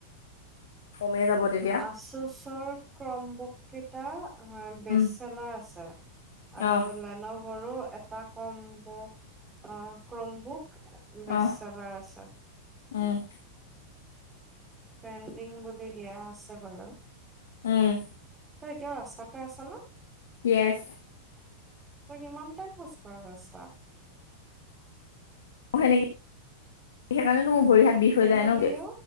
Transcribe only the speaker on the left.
কমে যাব তেত-
উম
অহ
অহ
উম।
উম।
য়েছ।
অ সেনেকে সেইকাৰণেতো মোৰ ভৰি হাত বিষ
হৈ যায় ন কে।